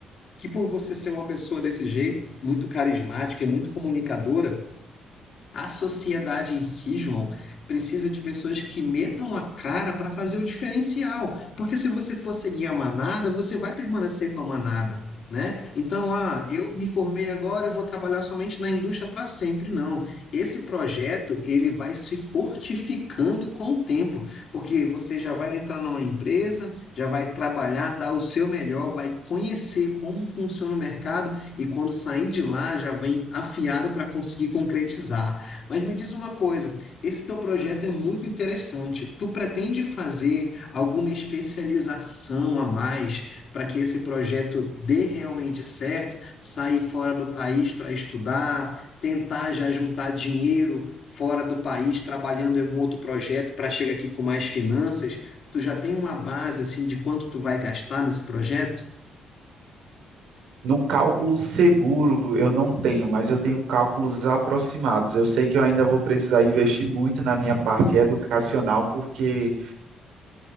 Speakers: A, on the left; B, on the right.
A: que por você ser uma pessoa desse jeito, muito carismática e muito comunicadora, a sociedade em si, João, precisa de pessoas que metam a cara para fazer o diferencial. Porque se você for seguir a manada, você vai permanecer com a manada, né? Então, ah, eu me formei agora, eu vou trabalhar somente na indústria para sempre. Não. Esse projeto, ele vai se fortificando com o tempo. Porque você já vai entrar numa empresa, já vai trabalhar, dar o seu melhor, vai conhecer como funciona o mercado e quando sair de lá, já vem afiado para conseguir concretizar. Mas me diz uma coisa, esse teu projeto é muito interessante. Tu pretende fazer alguma especialização a mais para que esse projeto dê realmente certo? Sair fora do país para estudar, tentar já juntar dinheiro fora do país, trabalhando em algum outro projeto para chegar aqui com mais finanças? Tu já tem uma base assim de quanto tu vai gastar nesse projeto?
B: Num cálculo seguro eu não tenho, mas eu tenho cálculos aproximados. Eu sei que eu ainda vou precisar investir muito na minha parte educacional, porque